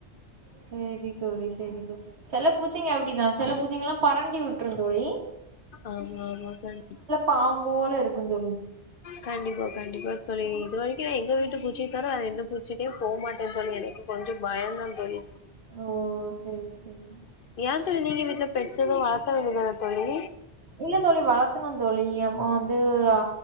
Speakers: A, on the right; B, on the left.
A: சேரி தோழி செரி செல பூச்சைங்க அப்டிதா செல பூச்சைங்லா பரண்டி வுட்ரும் தோழி
B: ஆமா ஆமா கண்டிப்
A: பாம்போல இருக்கும் தோழி
B: கண்டிப்பா கண்டிப்பா தொழி இது வரைக்கு எங்க வீட்டு பூச்சைய தவர வேற எந்த பூச்சைடையு போ மாட்ட தோழி எனக்கு கொஞ்சோ பயந்தா தோழி
A: ஓ சேரி சேரி
B: யா தோழி நீங்க வீட்ல பெட்ஸ் எது வளக்க வேண்டியதான தோழி
A: இல்ல தோழி வளத்னோம் தோழி அப்போ வந்து அ